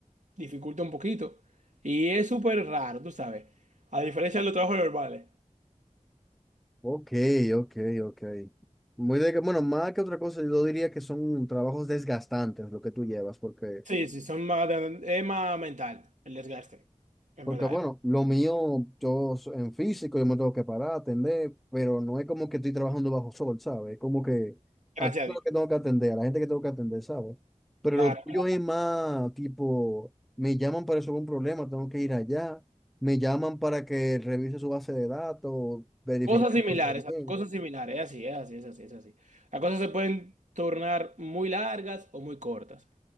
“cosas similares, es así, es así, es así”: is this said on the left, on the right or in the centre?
Right